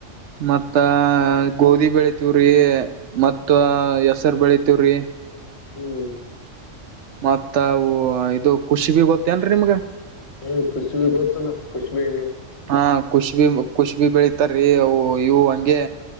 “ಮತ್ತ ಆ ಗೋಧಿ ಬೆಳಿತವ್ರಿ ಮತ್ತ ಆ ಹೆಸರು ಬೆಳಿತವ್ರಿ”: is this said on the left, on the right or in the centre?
Right